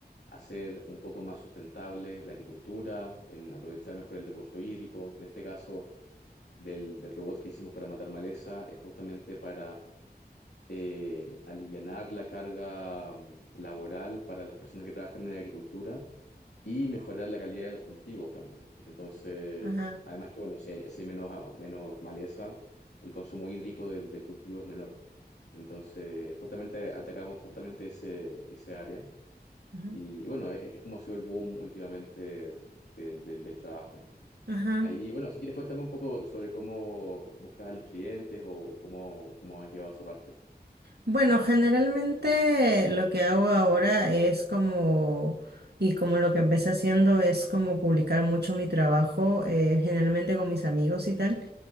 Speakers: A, on the left; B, on the right.
A: hacer un poco más sustentable la agricultura, en aprovechar mejor el recurso hídrico. En este caso, del, del robot que hicimos para matar maleza, es justamente para eh, alivianar la carga mm, laboral para las personas que trabajan en la agricultura y mejorar la calidad de los cultivos también. Entonces,
B: Ajá,
A: además que, bueno, si hay, si hay menos, ah, menos maleza, el consumo hídrico del, del cultivo es menor. Entonces, justamente atacamos justamente ese, ese área.
B: ajá,
A: Y, y bueno, es, es como ha sido el boom últimamente del, del, del trabajo.
B: ajá.
A: Ahí, bueno, si quieres cuéntame un poco sobre cómo buscas a los clientes o cómo, cómo has llevado esa parte
B: Bueno, generalmente lo que hago ahora es como, y como lo que empecé haciendo es como publicar mucho mi trabajo, eh, generalmente con mis amigos y tal.